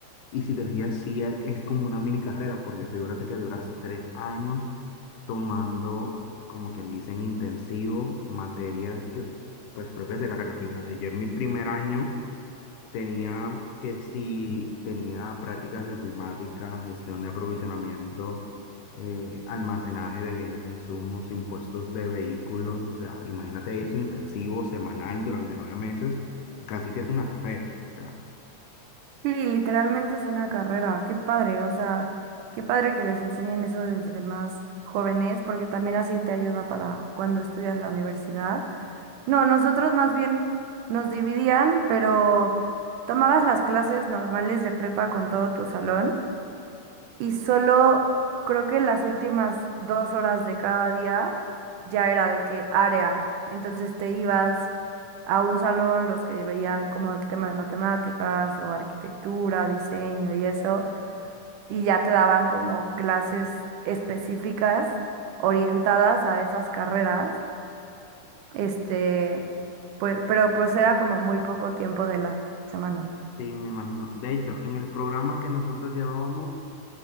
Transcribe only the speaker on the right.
Sí, literalmente es una carrera. Qué padre, o sea, qué padre que les enseñen eso desde más jóvenes, porque también así te ayuda para cuando estudias la universidad. No, nosotros más bien nos dividían, pero tomabas las clases normales de prepa con todo tu salón y solo creo que las últimas dos horas de cada día ya era de qué área. Entonces te ibas a un salón, los que veían como el tema de matemáticas o arquitectura, diseño y eso, y ya te daban como clases específicas orientadas a esas carreras. Este, pues, pero pues era como muy poco tiempo de la semana.